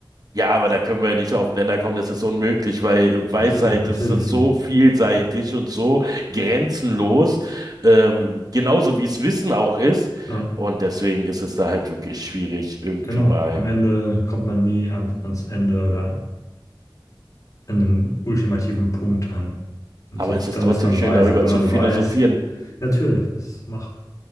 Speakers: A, on the right; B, on the left.
A: ja, aber da können wir nicht auf den Nenner kommen, das ist unmöglich, weil Weisheit,
B: Absolut, natürlich
A: das ist
B: nicht.
A: so vielseitig und so grenzenlos, ähm, genauso wie es Wissen auch ist.
B: Ja,
A: Und deswegen ist es da halt wirklich schwierig, irgendwie
B: genau.
A: mal.
B: Am Ende kommt man nie an, ans Ende oder an einem ultimativen Punkt an. Und
A: Aber
B: ich glaub,
A: es ist
B: dann
A: trotzdem
B: ist man
A: schön,
B: weise.
A: darüber
B: Wenn
A: zu
B: man
A: philosophieren.
B: weiß, natürlich, das macht